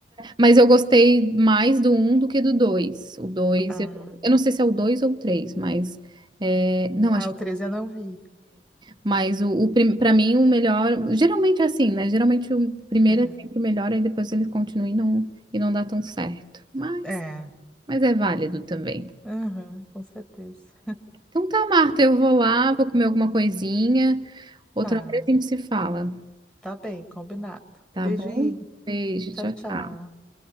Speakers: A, on the right (about 25°); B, in the centre.
A: Mas eu gostei mais do um do que do 2. O 2
B: a-
A: eu, eu não sei se é o 2 ou o 3, mas. é, não, acho
B: Ah,
A: que.
B: o 13 eu não vi.
A: Mas o, o para mim, o melhor. Geralmente é assim, né? Geralmente o primeiro
B: É,
A: é sempre o melhor, e depois eles continuam e não, e não dá tão certo. Mas,
B: é,
A: mas é válido também.
B: aham, com certeza.
A: Então tá, Marta, eu vou lá, vou comer alguma coisinha. Outra
B: Tá,
A: hora a gente se fala.
B: tá bem, combinado.
A: Tá
B: Beijinho,
A: bom? Beijo,
B: tchau,
A: tchau,
B: tchau.
A: tchau.